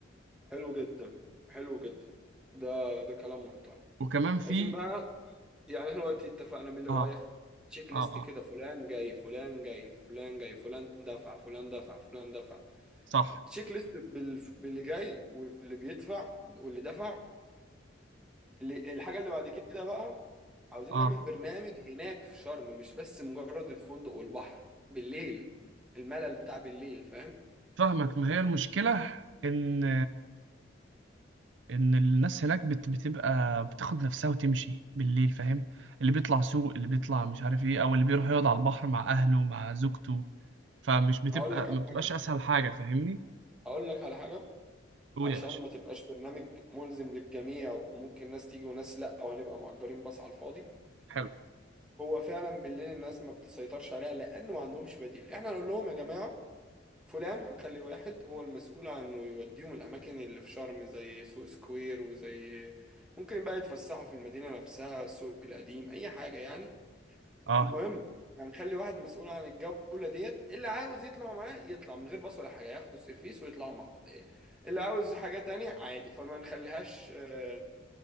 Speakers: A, in the centre; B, on the right.
A: حلو جدا حلو جدا ده ده كلام محترم
B: وكمان في
A: عايزين بقى يعني احنا دلوقتي اتفقنا مين اللي
B: اه
A: رايح تشيك ليست
B: اه
A: كده
B: اه
A: فلان جاي فلان جاي فلان جاي فلان دفع فلان دفع فلان دفع
B: صح
A: تشيك ليست بال... باللي جاي واللي بيدفع واللي دفع اللي- الحاجة اللي بعد كده بقى عاوزين
B: اه
A: نعمل برنامج هناك في شرم مش بس مجرد الفندق والبحر بالليل الملل بتاع بالليل فاهم
B: فاهمك ما هي المشكلة ان ان الناس هناك بت... بتبقى بتاخد نفسها وتمشي بالليل فاهم اللي بيطلع سوق اللي بيطلع مش عارف ايه او اللي بيروح يقعد على البحر مع اهله مع زوجته فمش بتبقى
A: هقول لك على
B: ما بتبقاش
A: حاجة
B: اسهل حاجة فاهمني
A: هقول لك على حاجة
B: قول
A: عشان
B: يا باشا
A: ما تبقاش برنامج ملزم للجميع وممكن ناس تيجي وناس لا او هنبقى مأجرين باص على الفاضي
B: حلو
A: هو فعلا بالليل الناس ما بتسيطرش عليها لانه ما عندهمش بديل احنا نقول لهم يا جماعة فلان هنخلي واحد هو المسؤول عن انه يوديهم الاماكن اللي في شرم زي سوق سكوير وزي ممكن بقى يتفسحوا في المدينة نفسها السوق القديم اي حاجة يعني
B: اه
A: المهم هنخلي واحد مسؤول عن الجولة ديت اللي عاوز يطلع معاه يطلع من غير باص ولا حاجة ياخدوا السيرفيس ويطلعوا مع بعض إيه، اللي عاوز حاجة تانية عادي فما نخليهاش آه،